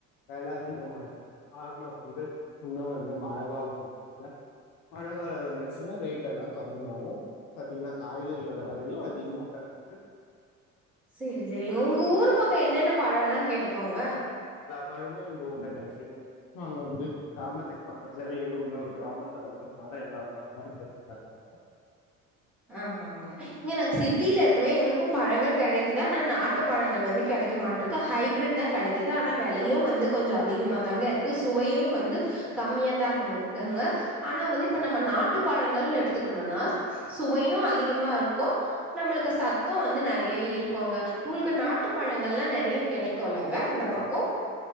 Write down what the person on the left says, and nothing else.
வில அதிகமா இருக்கு ஆங்கம் வந்து இன்னும் வந்து மழை காாலம் வந்து மழை காலம் வந்துச்சுன்னா ரேட் எல்லாம் கம்மிய ஆகும் பா்த்தீங்கன்னா காய்கறியோட விலையும் அதிகமாக தான் இருக்கு
பழமும் எங்க ஊர்ல கிடைக்குங்க அங்க வந்து கிராமத்துக்கு பக்கத்துல வேலூர் இன்ன ஒரு கிராமத்தை வசிக்கறதுனால எல்லா பழமும் எங்களுக்கு கிடைக்குங்க